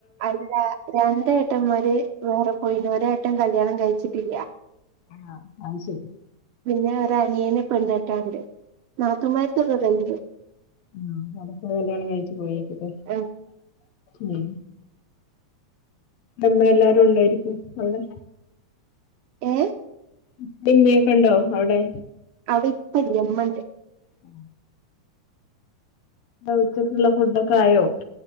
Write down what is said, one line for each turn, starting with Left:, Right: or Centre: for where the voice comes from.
Right: അല്ല രണ്ട് ഏട്ടന്മാര് വേറെ പോയിന് ഒരേട്ടൻ കല്യാണം കഴിച്ചിട്ടില്ല
Left: ആഹ് അത് ശരി
Right: പിന്നെ ഒരു അനിയേന് പെണ്ണെട്ടാണ്ട് നാത്തൂമാര്തൊക്കെ കഴിഞ്ഞു
Left: ആഹ് അതൊക്കെ കല്യാണം കഴിച്ചു പോയിക്കിട്ടെ
Right: ആഹ്
Left: ഉം അമ്മ എല്ലാരും ഉണ്ടായിരിക്കും അവിടെ
Right: ഏഹ്
Left: ഇപ്പെ മ്മേക്കെ ഉണ്ടോ അവടെ
Right: അവടെ ഇപ്പല്ല മ്മണ്ട്
Left: ഉ ഉച്ചയ്ക്കുള്ള ഫുഡ് ഒക്കെ ആയോ